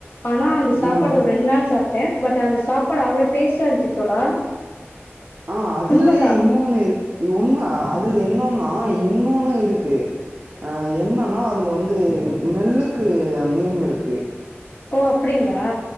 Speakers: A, on the left; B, on the right.
A: ஆனா அந்த சாப்பாடு
B: ம்
A: ஒரு ரெண்டு நாள் சாப்ட் ட்டேன் பட் அந்த சாப்பாடு அவ்ளோ டேஸ்டா இருந்துச்சுத் தோழா
B: ஆ அதுலயே
A: உண்மதா
B: இன்னொன்னு இருக்கு உண்ம அதுல என்னனா இன்னொன்னு இருக்கு ம் என்னனா அதுல வந்து நெல்லுக்கு நேம் இருக்கு
A: ஓ அப்படிங்ளா